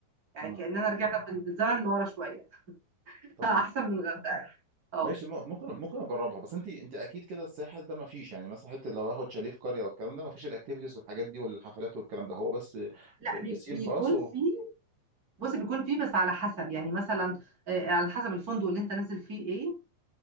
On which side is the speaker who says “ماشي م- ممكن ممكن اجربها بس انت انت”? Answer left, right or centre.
Right